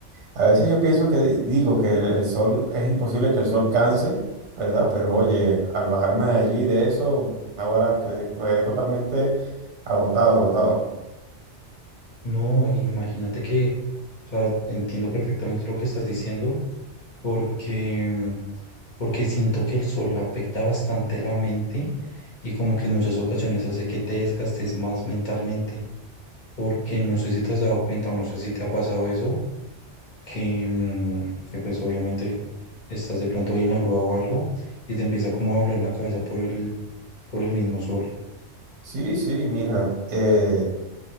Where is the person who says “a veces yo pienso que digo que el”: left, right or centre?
Right